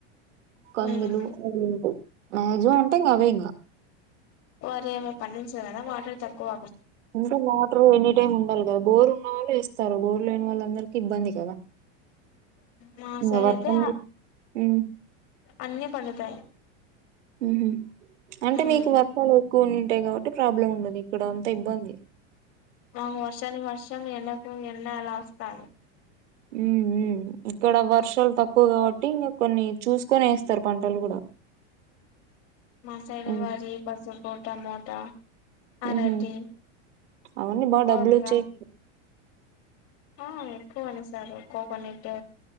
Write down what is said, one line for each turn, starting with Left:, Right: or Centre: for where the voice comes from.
Right: కందులు
Left: ఉమ్
Right: అవి ఉంటయి మజమా ఉంటా ఇంకా అవే ఇంకా
Left: వరే పడించదదా మాటర్ తక్వ
Right: ఇంటకా వాటర్ ఎనీ టైమ్ ఉండాలి కదా బోర్ ఉన్న వాళ్ళు ఇస్తారు బోర్ లేని వాళ్ళందరు ఇబ్బంది కదా
Left: మా
Right: ఇంగ
Left: సైడ్
Right: వర్షం
Left: అయితే
Right: ఉమ్
Left: అన్నిీ పండుతాయి
Right: హ అంటే
Left: ఉమ్
Right: మీకు వర్షాలు ఎక్కువ ఉంటాయి కాబట్టి ప్రాబ్లం ఉండదు ఇక్కడ అంతా ఇబ్బంది
Left: మాకు వర్షానికి వర్షం ఎండకు ఎండ అలా వస్తాంది
Right: ఉ ఇక్కడ వర్షాలు తక్కువగా అే ఇంకా కొన్ని చూసుకొని వేస్తారు పంటలు కూడా
Left: మాసాల
Right: ఉమ్
Left: వరి పసుపుపు టమోటా అరటి
Right: హ అవన్నీ బా
Left: కొర్ర
Right: డబ్బులు వచ్చాయి
Left: ఆ ఎక్కువ అని సారు కోకోనట్